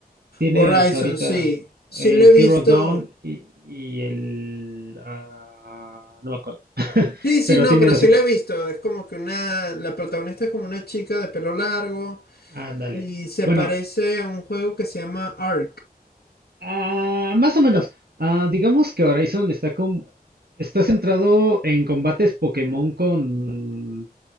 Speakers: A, on the right; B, on the left.
A: Tiene
B: Horizon,
A: hasta ahorita
B: sí. Sí
A: el
B: lo he
A: Zero
B: visto.
A: Dawn y, y el... ah, no me acuerdo, <laughs>
B: Sí, sí,
A: pero
B: no,
A: tiene
B: pero
A: dos
B: sí
A: secuelas.
B: lo he visto. Es como que una... La protagonista es como una chica de pelo largo.
A: Ándale.
B: Y se
A: Bueno,
B: parece a un juego que se llama Ark.
A: Ah, más o menos. Ah, digamos que Horizon está con, está centrado en combates Pokémon con,